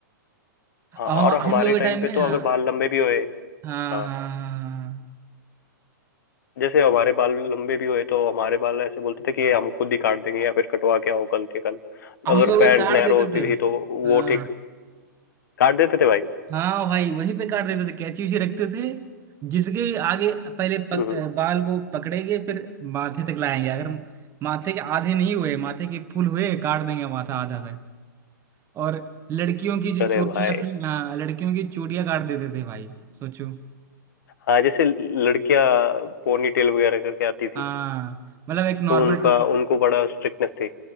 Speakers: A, on the left (about 65°); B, on the right (about 25°).
A: हाँ
B: और हम
A: और हमारे
B: हम लोग के
A: टाइम
B: टाइम
A: पे
B: में
A: तो
B: हाँ
A: अगर बाल लंबे भी होए
B: हाँ
A: हाँ
B: हाँ हाँ हाँ। हाँ, हाँ।
A: जैसे हमारे बाल लंबे भी हुए तो हमारे बाल ऐसे बोलते थे कि ये हम खुद ही काट देंगे या फिर कटवा के आओ कल के कल
B: हम
A: अगर
B: लोग एक
A: पैंट
B: कार्ड
A: नैरो
B: देते
A: होती
B: थे
A: थी तो वो
B: हाँ
A: ठीक काट देते थे भाई
B: हाँ भाई वहीं पे कार्ड देते थे कैची उची रखते थे जिसके भी आगे पहले पक,
A: हम्म,
B: अ,
A: हम्म।
B: बाल को पकड़ेंगे फिर माथे तक लाएंगे अगर माथे के आधे नहीं हुए माथे के फुल हुए काट देंगे माथा आधा तक और लड़कियों की जो
A: अरे
B: चूड़ियां
A: भाई
B: थी हाँ लड़कियों की चूड़ियां काट देते थे भाई सोचो
A: हाँ जैसे लड़कियां पोनी टेल वगैरह करके आती थी
B: हाँ मतलब एक नॉर्मल
A: तो उनका
B: टू
A: उनको बड़ा स्ट्रिक्टनेस थी